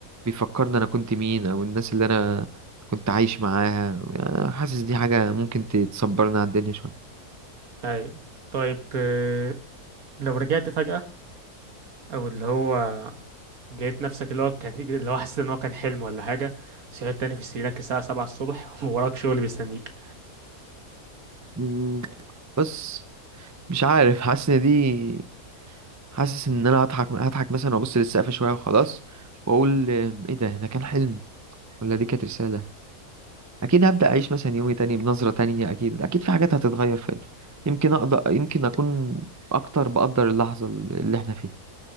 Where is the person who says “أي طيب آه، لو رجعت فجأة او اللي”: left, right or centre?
Right